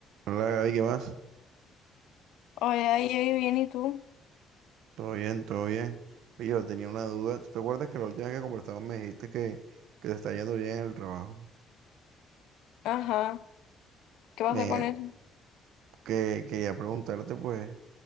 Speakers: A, on the right; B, on the left.
A: Hola Gaby, ¿qué más?
B: Hola, ahí bien, ¿y tú?
A: Todo bien, todo bien. Oye, yo tenía una duda. ¿Tú te acuerdas que la última vez que conversamos me dijiste que, que te está yendo bien en el trabajo?
B: Ajá, ¿qué pasa
A: Me,
B: con eso?
A: que quería preguntarte, pues,